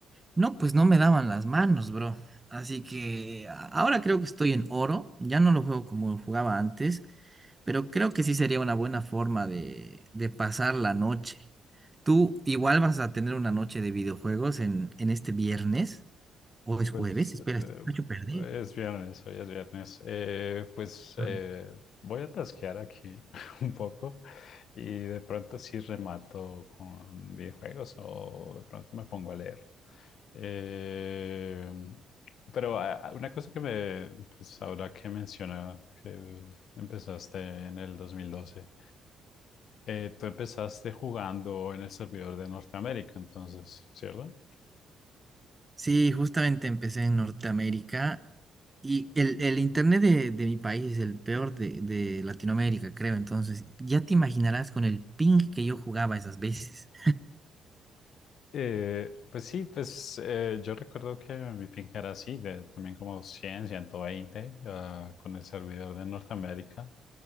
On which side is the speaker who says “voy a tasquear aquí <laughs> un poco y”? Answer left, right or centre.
Left